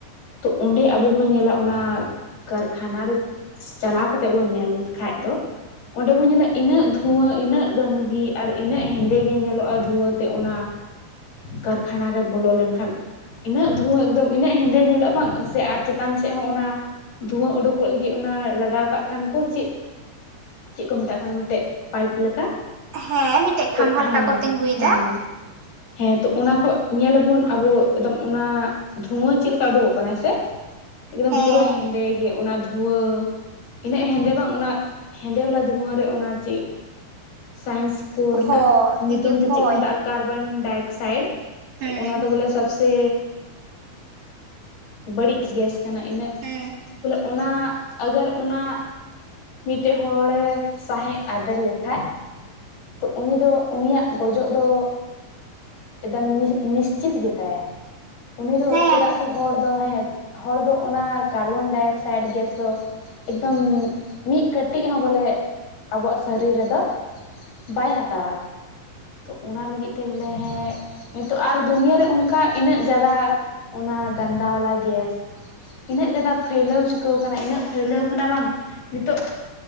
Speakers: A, on the left (about 85°); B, on the right (about 55°).
A: ᱛᱚ ᱚᱸᱰᱮ ᱟᱵᱚ ᱵᱚᱱ ᱧᱮᱞᱟ ᱚᱱᱟ ᱠᱟᱨᱠᱷᱟᱱᱟ ᱨᱮ ᱪᱟᱞᱟᱣ ᱠᱟᱛᱮᱜ ᱵᱚᱱ ᱧᱮᱞ ᱠᱷᱟᱡ ᱫᱚ ᱚᱸᱰᱮ ᱵᱚᱱ ᱧᱮᱞᱮᱜ ᱤᱱᱟᱹᱜ ᱫᱷᱩᱣᱟᱹ ᱤᱱᱟᱹᱜ ᱜᱟᱹᱱ ᱫᱟᱹᱜᱤ ᱟᱨ ᱤᱱᱟᱹᱜ ᱦᱮᱸᱫᱮ ᱜᱮ ᱧᱮᱞᱚᱜᱼᱟ ᱫᱷᱩᱣᱟᱹ ᱛᱮ ᱚᱱᱟ ᱠᱟᱨᱠᱷᱟᱱᱟ ᱨᱮ ᱵᱚᱞᱚ ᱞᱮᱱᱠᱷᱟᱱ ᱤᱱᱟᱹᱜ ᱫᱷᱩᱣᱟᱹ ᱮᱠᱫᱚᱢ ᱤᱱᱟᱹᱜ ᱦᱮᱸᱫᱮ ᱧᱮᱞᱚᱜ ᱵᱟᱝ ᱥᱮ ᱟᱨ ᱪᱮᱛᱟᱱ ᱥᱮᱜ ᱦᱚᱸ ᱚᱱᱟ ᱫᱷᱩᱣᱟᱹ ᱩᱰᱩᱠᱚᱜ ᱞᱟᱹᱜᱤᱫ ᱚᱱᱟ ᱞᱟᱜᱟᱣ ᱠᱟᱜ ᱠᱷᱟᱱ ᱠᱩ ᱪᱮᱫ? ᱪᱮᱫ ᱠᱚ ᱢᱮᱛᱟᱜ ᱠᱟᱱᱟ ᱢᱮᱴᱮᱜ ᱯᱟᱭᱤᱯ ᱞᱮᱠᱟ᱾
B: ᱦᱮᱸ ᱢᱤᱫᱴᱮᱱ ᱠᱷᱟᱢᱵᱷᱟ
A: ᱛᱚ ᱦᱮᱸ
B: ᱞᱮᱠᱟ ᱠᱚ ᱛᱤᱧᱜᱩᱭᱫᱟ᱾
A: ᱦᱮᱸ ᱦᱮᱸ ᱛᱚ ᱚᱱᱟ ᱠᱷᱚᱜ ᱧᱮᱞ ᱟᱵᱚᱱ ᱟᱵᱚ ᱮᱠᱫᱚᱢ ᱚᱱᱟ ᱫᱷᱩᱣᱟᱹ ᱪᱮᱜ ᱞᱮᱠᱟ ᱩᱰᱩᱠᱚᱜ ᱠᱟᱱᱟ ᱦᱮᱸ ᱥᱮ ᱮᱠᱫᱚᱢ
B: ᱦᱮᱸ
A: ᱯᱩᱨᱟᱹ ᱦᱮᱸᱫᱮ ᱜᱮ ᱚᱱᱟ ᱫᱷᱩᱭᱟᱹ᱾ ᱤᱱᱟᱹᱜ ᱦᱮᱸᱫᱮ ᱵᱟᱝ ᱩᱱᱟᱹᱜ ᱦᱮᱸᱫᱮ ᱵᱟᱞᱟ ᱫᱷᱩᱣᱟᱹᱨᱮ ᱚᱱᱟ ᱪᱮᱜ ᱥᱟᱭᱮᱱᱥ᱾ ᱠᱚ ᱨᱮᱱᱟᱜ
B: ᱦᱚ
A: ᱧᱩᱛᱩᱢ
B: ᱤᱭᱟᱹ
A: ᱛᱮ
B: ᱦᱚᱭ
A: ᱪᱮᱫ ᱠᱚ ᱢᱮᱛᱟᱜ ᱠᱟᱨᱵᱚᱱᱰᱟᱭ ᱚᱠᱥᱟᱭᱤᱰ
B: ᱦᱩᱸ
A: ᱛᱚ ᱚᱱᱟ ᱫᱚ ᱵᱚᱞᱮ ᱥᱚᱵᱥᱮ ᱵᱟᱹᱲᱤᱡ ᱜᱮᱥ ᱠᱟᱱᱟ ᱤᱱᱟᱹᱜ
B: ᱦᱩᱸ
A: ᱵᱚᱞᱮ ᱚᱱᱟ ᱟᱜᱚᱨ ᱚᱱᱟ ᱢᱤᱫᱴᱮᱱ ᱦᱚᱲᱮ ᱥᱟᱸᱦᱮᱫ ᱟᱫᱮᱨ ᱞᱮᱠᱷᱟ ᱛᱚ ᱩᱱᱤ ᱫᱚ ᱩᱱᱤᱭᱟᱜ ᱜᱚᱡᱚᱜ ᱫᱚ ᱮᱠᱫᱚᱢ ᱱᱤᱥᱪᱤᱛ ᱜᱮᱛᱟᱭᱟ ᱩᱱᱤ ᱫᱚ
B: ᱦᱮᱸ
A: ᱪᱮᱫᱟᱜ ᱥᱮ ᱦᱚᱲ ᱫᱚ ᱦᱮᱸ ᱦᱚᱲ ᱫᱚ ᱚᱱᱟ ᱠᱟᱨᱵᱚᱱᱰᱟᱭ ᱚᱠᱥᱟᱭᱤᱰ ᱜᱮᱥ ᱫᱚ ᱮᱠᱫᱚᱢ ᱢᱤᱫ ᱠᱟᱹᱴᱤᱡ ᱦᱚᱸ ᱵᱚᱞᱮ ᱟᱵᱣᱟᱜ ᱥᱚᱨᱤᱨ ᱨᱮᱫᱚ ᱵᱟᱭ ᱦᱟᱛᱟᱣᱟ᱾ ᱛᱚ ᱚᱱᱟ ᱞᱟᱹᱜᱤᱫ ᱛᱮ ᱵᱚᱞᱮ ᱦᱮᱸ ᱦᱮᱸ ᱱᱤᱛᱚᱜ ᱟᱨ ᱫᱩᱱᱤᱭᱟᱹᱨᱮ ᱚᱱᱠᱟ ᱤᱱᱟᱹᱜ ᱡᱟᱫᱟ ᱚᱱᱟ ᱜᱟᱱᱫᱟ ᱵᱟᱞᱟ ᱜᱮᱥ᱾ ᱤᱱᱟᱹᱜ ᱯᱷᱟᱹᱭᱞᱟᱹᱣ ᱪᱩᱠᱟᱹᱣ ᱠᱟᱱᱟ ᱤᱱᱟᱹᱜ ᱯᱷᱟᱹᱭᱞᱟᱹᱣ ᱠᱟᱱᱟ ᱵᱟᱝ ᱱᱤᱛᱚᱜ